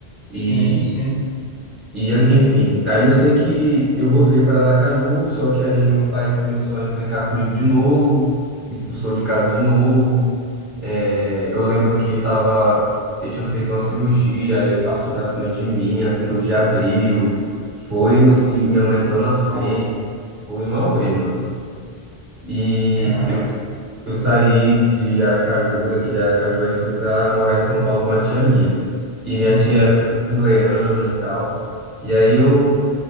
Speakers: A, on the left (about 45°); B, on the right (about 55°).
A: Sim,
B: E,
A: sim.
B: e, enfim, aí eu sei que eu voltei para Aracaju, só que aí meu pai começou a encrencar comigo de novo, me expulsou de casa de novo. É, eu lembro que eu tava, eu tinha feito uma cirurgia, aí ele partiu para cima de mim, a cirurgia abriu, foi assim, minha mãe entrou na frente,
A: Nossa,
B: foi um auê, mano. E
A: caraca.
B: Eu saí de Aracaju, daqui de Aracaju, e fui para morar em São Paulo com a tia minha. E minha
A: Uhum,
B: tia é bem assembleana e tal. E aí eu,